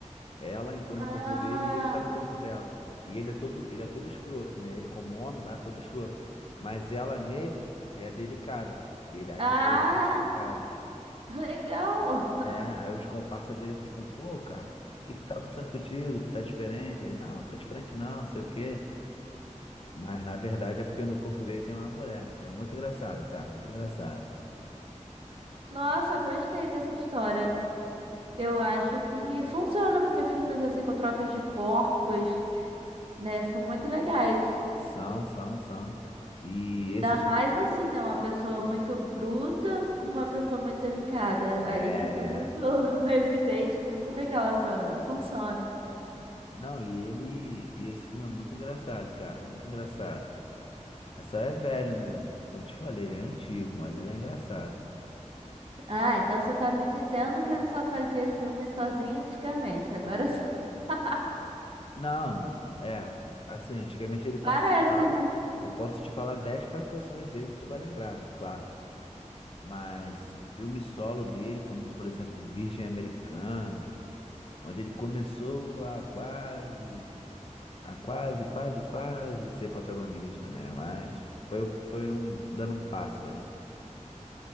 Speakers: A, on the left (about 45°); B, on the right (about 45°).
A: Ela entrou no
B: Ah,
A: corpo dele e ele tá no corpo dela. E ele é todo, ele é todo escroto, né? Ele como homem lá é todo escroto. Mas ela nele é delicada. E ele, aí
B: ah,
A: tu vê ele todo delicado.
B: legal.
A: É,
B: <laughs>
A: aí os comparsas dele ficam, pô, cara, o que que tá acontecendo contigo? Tá diferente? Ele, não, tô diferente não, não sei o quê. Mas na verdade é porque no corpo dele tem uma mulher. E é muito engraçado, cara, muito engraçado.
B: Nossa, gostei dessa história. Eu acho que funciona porque filmes assim com trocas de corpos, né, são muito legais.
A: São, são, são. E
B: Ainda
A: esses.
B: mais assim, né, uma pessoa muito bruta com uma pessoa muito delicada.
A: É.
B: Aí fica muito <laughs> evidente, muito legal essa, funciona.
A: Não, e ele. E esse filme é muito engraçado, cara. Muito engraçado. Mas só é velho, né? Eu te falei, ele é antigo, mas ele é engraçado.
B: Ah, então você tá me dizendo que ele só fazia filme sozinho antigamente, agora só. <laughs>
A: Não, é. Assim, antigamente ele participava.
B: Parece, né?
A: Eu posso te falar 10 participações dele que tu vai lembrar, claro. Mas filme solo dele, como por exemplo Virgem Americana, onde ele começou a quase, a quase, quase, quase ser protagonista, né? Mas foi, foi um, dando um passo aí.